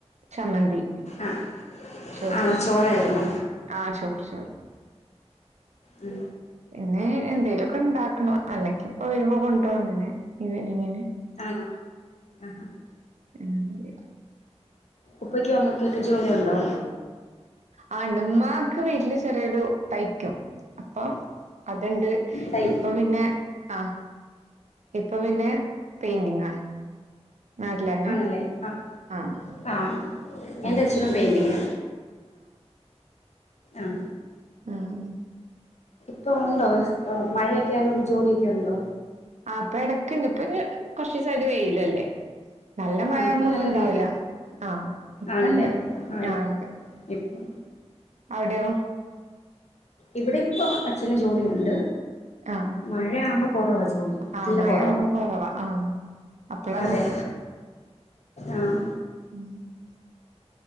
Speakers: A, on the right; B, on the left.
A: ചമ്മന്തി
B: ആഹ്
A: ചോറിന്
B: ആണോ ചോറായിരുന്നോ
A: ആഹ് ചോറ് ചോറ്
B: ആ
A: പിന്നെ എന്തേലൊക്കെ ഇണ്ടാക്കണം അല്ലെങ്കി ഇപ്പ വരുമ്പോ കൊണ്ടാരന്നെ <unintelligible> ഇങ്ങനെ
B: ആണോ ആഹ് ഹാ
A: ആഹ്
B: ഉപ്പക്കും അമ്മക്കൊക്കെ ജോലിയുണ്ടോ
A: ആ ഇണ്ട് ഉമ്മാക്ക് വീട്ടില് ചെറിയൊരു തയ്ക്കും അപ്പം അത്ണ്ട്
B: തൈ
A: ഇപ്പം പിന്നെ ആ ഇപ്പ പിന്നെ പെയിന്റിങ്ങാ നാട്ടിലന്നെ
B: ആണല്ലേ ആ
A: ആഹ്
B: ആ എന്റെ
A: ആഹ്
B: അച്ഛനും പെയിന്റിങ്ങാ ആഹ്
A: ആഹ് മ്
B: ഇപ്പൊ ഒണ്ടോ അത് ആ മഴയൊക്കെ ആയതോണ്ട് ജോലിയൊക്കെ ഒണ്ടോ
A: ആ ഇപ്പാ എടക്ക്ണ്ട് ഇപ്പൊ കൊറച്ചിസായിട്ട് വെയിലല്ലേ നല്ല മഴ
B: ആഹ് ഇപ്പൊ
A: ആവുമ്പോ ഒന്നും
B: നല്ല
A: ഇണ്ടാവൂല്ല
B: വെയില
A: ആഹ് ഇപ്പണ്ട്
B: ആണല്ലേ ആഹ്
A: ആ ഇണ്ട്
B: ഇപ്പം
A: അവിടെയോ
B: ഇവിടെ ഇപ്പൊ അച്ഛന് ജോലിയുണ്ട്
A: ആഹ്
B: മഴയാവുമ്പോ കൊറവാ ജോ ജോലി
A: ആഹ്
B: തീരെ
A: മഴയാവുമ്പോ
B: കൊറവാ
A: കൊറവാ ആഹ് അപ്പളാ
B: അതെ ആഹ്
A: മ്